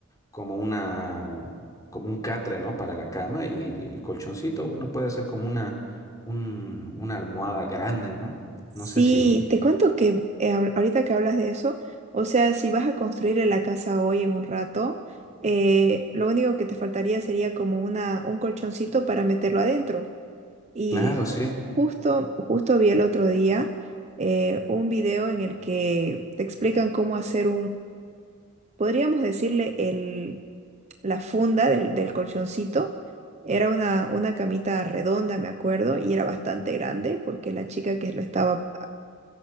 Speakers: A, on the left; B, on the right.
A: como una como un catre, ¿no? Para la cama y el colchoncito uno puede hacer como una un- una almohada grande, ¿no?
B: Sí,
A: No sé si,
B: te cuento que eh, ahor- ahorita que hablas de eso, o sea, si vas a construir la casa hoy en un rato, eh, lo único que te faltaría sería como una, un colchoncito para meterlo adentro. Y
A: claro, sí.
B: justo, justo vi el otro día eh, un video en el que te explican cómo hacer podríamos decirle el, la funda del, del colchoncito. Era una, una camita redonda, me acuerdo, y era bastante grande porque la chica que lo estaba